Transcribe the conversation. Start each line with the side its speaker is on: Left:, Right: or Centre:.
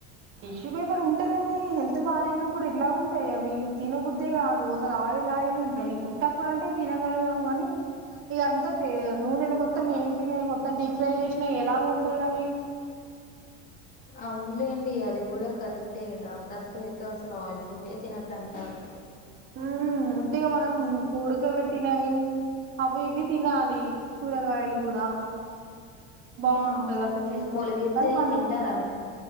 Right: టిష్యూ పేపర్ ఉంటది కా గాని హెల్త్ బాగానప్పుడు ఎట్లా ఉంటాయి అవి తినబుద్ కాదు అసలు అయిల్ అయిల్ ఉంటాయి ఉట్టప్పుడు అంటే తినగలుగాము కాని అంతా నూనెలో మొత్తం ఏంపినయి మొత్తం డీప్ ఫ్రై చేసినాయి ఎలా ఉంటాయి అవి
Left: అవునూలెండి అది కూడా కరెక్టే డాక్టర్స్ అయితే అసలు ఆయిల్ ఫుడ్ తినద్దంటారు
Right: ఉ ఉట్టిగా మనం ఉడుకబెట్టినాయి అవి ఇవి తినాలి కూరగాయలు కూడా బాగుంటది
Left: అవునండి
Right: అప్పుడు హెల్త్
Left: మొలకెత్తినవి
Right: కి కానీ మనం
Left: తింటారా